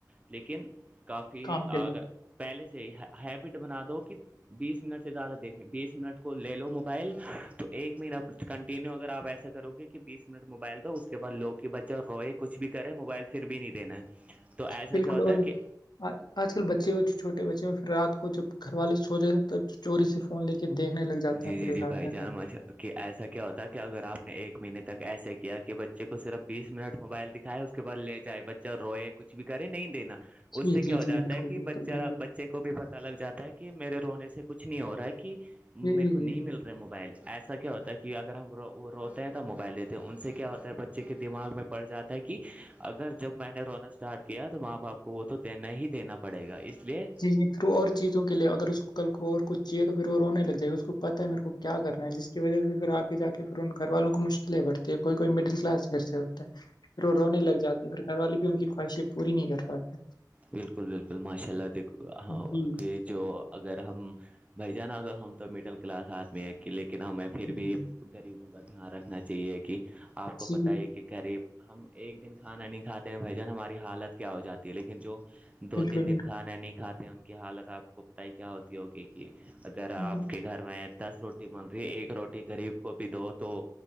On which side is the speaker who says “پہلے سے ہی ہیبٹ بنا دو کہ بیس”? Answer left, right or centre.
Right